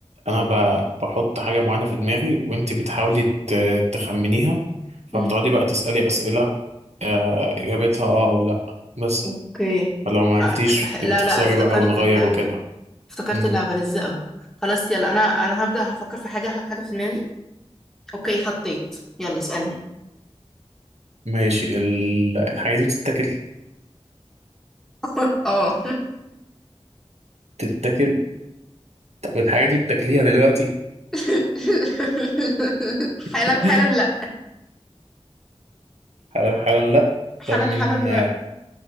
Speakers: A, on the right; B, in the centre.
A: انا ب- بحط حاجه معينه في دماغي وانت بتحاولي ت- تخمنيها فبتقعدي
B: امم
A: بقى تسالي اسئله آه، اجابتها اه او لا بس
B: اوكي
A: فلو ما
B: خ...
A: عرفتيش
B: بح... لا
A: بتخسري
B: لا افتكرت
A: بقى ونغير
B: اللعبه
A: وكده
B: افتكرت
A: مم.
B: اللعبه لذيذه قوي خلاص يلا انا انا هبدا هفكر في حاجه هحط حاجه في دماغي اوكي حطيت يلا اسالني
A: ماشي ال- الحاجه دي بتتاكل
B: <laughs> اه
A: بتتاكل طب الحاجه دي بتاكليها دلوقتي
B: <laughs>
A: <laughs>
B: حالا حالا لا
A: حالا حالا لا
B: حالا
A: طب من
B: حالا